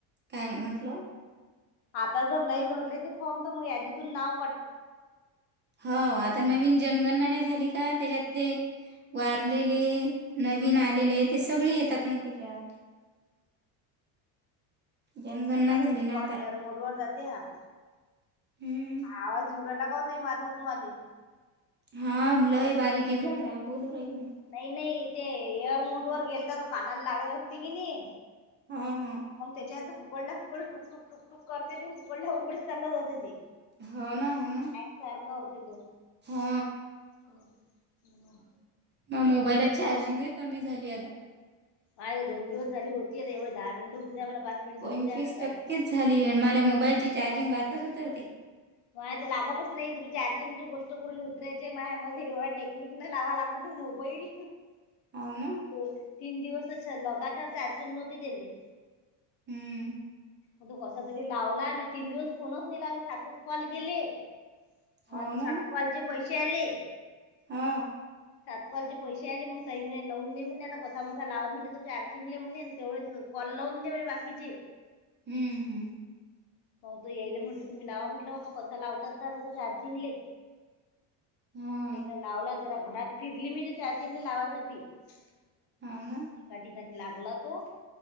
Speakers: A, on the right (about 25°); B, on the left (about 60°).
A: काय म्हटलं.
B: आता जर नाही भरले ते फॉर्म तर मग यादीतून नाव काट
A: हो आता नवीन जनगणना नाही झाली का त्याच्यातले वारलेले नवीन आलेले ते सगळे येतात मग त्याच्यात.
B: ह <inaudible>
A: जनगणना
B: अ बापा
A: झाली ना
B: स् कॉल
A: आता
B: एअरमोड वर जातेया.
A: हम्म.
B: आवाज इवरायलागवताय माझा तुम्हाले.
A: हा लय
B: आवा
A: बारीक येऊ राहियला बोलू राहील मी.
B: नाही नाही ते एअर मोड वर गेल तर तो कानाला लागवेल असते कि नाही.
A: हा हा
B: मग त्याच्यांत. ककडला कुकड टुकटुक टुकटुक करते ते ककडला कुकडीच ल जाते ते.
A: हो ना हो ना.
B: सारखा होती तो.
A: हो.
B: हो हो.
A: मग मोबाईला चार्जिंगही कमी झाली आता.
B: माय दोन दिवस झाली होती एवे दहा मिनट होद्या मला मिनिटं
A: पंचवीस
B: होऊ द्या आता झाले
A: टक्केच
B: पा
A: झाली आ मला मोबाईलची चार्जिंग बातच उतरते.
B: मा तर लागतच नाही तुम्ही चार्जिंगची गोष्ट करून उतरायचे मा मला एवढा टेक्निक न लावा लागत. ब मोबाईल.
A: आव ना.
B: तीन दिवस लगातार चार्जिंग नव्हती दिले
A: हम्म
B: मग तू कसा तरी लावला म तीन दिवस फोनच नाही लावले सातच कॉल केले अ
A: हो ना
B: सातकलचे पैसे आले
A: हा
B: सातपालचे पैसे आले मग तई म्ह लवन देले म्हणेले आता कसा मसा लाव म्हणे तो चार्जिंगले म्हणे तेवळेच कलवन म्हण बाकीचे
A: हम्म हम्म
B: मग तो येईले म्हटलं तुम्ही लावा म्हटलं बाबा कसा लावतात चार्जिंगले
A: हा
B: तेन लावला सरा घरात फिरली मी ते चार्जिंग लावायसाठी एका
A: हो ना
B: ठिकाणी लागला तो